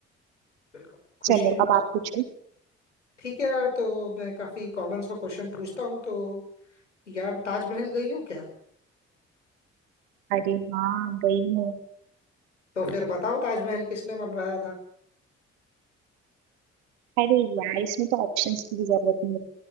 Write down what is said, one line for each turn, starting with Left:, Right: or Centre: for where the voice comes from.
Left: बिल्कुल खुशी
Right: चलो
Left: हुई
Right: अब
Left: मुझे
Right: आप पूछो
Left: ठीक है यार तो मैं काफी कॉमन सा क्वेश्चन पूछता हूँ तो यार ताजमहल गई हो क्या
Right: अरे हाँ गई हूँ
Left: तो फिर बताओ ताजमहल किसने बनवाया था
Right: अरे यार इसमें तो ऑप्शंस की भी जरूरत नहीं है